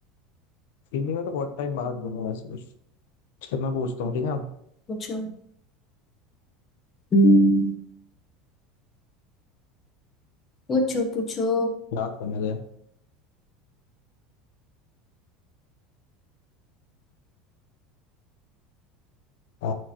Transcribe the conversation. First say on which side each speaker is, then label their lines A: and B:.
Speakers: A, on the left; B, on the left.
A: हिंदी में तो बहुत टाइम बाद में हुआ वैसे चल मैं पूछता हूँ ठीक है
B: पूछो हम्म, पूछो पूछो
A: याद करने दे आ,